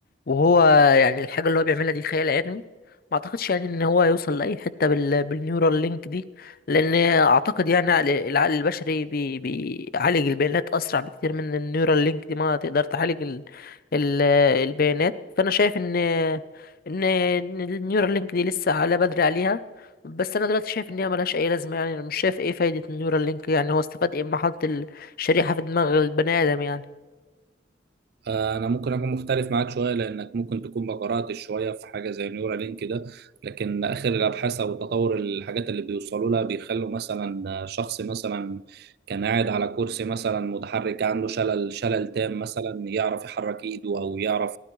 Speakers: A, on the left (about 50°); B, on the right (about 55°).
A: وهو يعني الحاجه اللي هو بيعملها دي خيال علمي ما اعتقدش يعني ان هو يوصل لاي حته بال... بالنيورال لينك دي لان اعتقد يعني عقل- العقل البشري بي... بيعالج البيانات اسرع بكتير من النيورال لينك دي ما تقدر تعالج ال... ال... البيانات فانا شايف ان ان إن النيورال لينك دي لسه على بدري عليها بس انا دلوقتي شايف ان هي ملهاش اي لازمه يعني انا مش شايف ايه فايده النيورال لينك يعني هو استفاد ايه اما حط الشريحه في دماغ البني ادم يعني
B: آه، انا ممكن اكون مختلف معاك شويه لانك ممكن تكون ما قراتش شويه في حاجه زي نيورا لينك ده لكن اخر الابحاث او تطور الحاجات اللي بيوصلوا لها بيخلوا مثلا آه، شخص مثلا كان قاعد على كرسي مثلا متحرك عنده شلل شلل تام مثلا يعرف يحرك ايده او يعرف